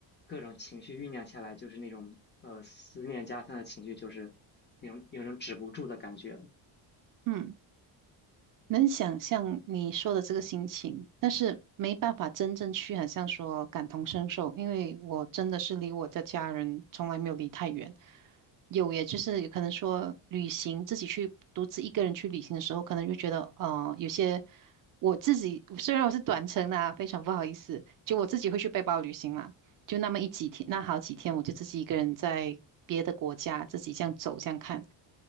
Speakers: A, on the left; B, on the right.
A: 各种情绪酝酿下来，就是那种呃思念家乡的情绪，就是那种有种止不住的感觉。
B: 嗯。能想象你说的这个心情，但是没办法真正去很像说感同身受，因为我真的是离我的家人从来没有离太远。有，也就是有可能说旅行，自己去独自一个人去旅行的时候，可能就觉得，呃，有些我自己虽然我是短程的啊，非常不好意思，就我自己会去背包旅行嘛，就那么一几天，那好几天，我就自己一个人在别的国家自己这样走这样看。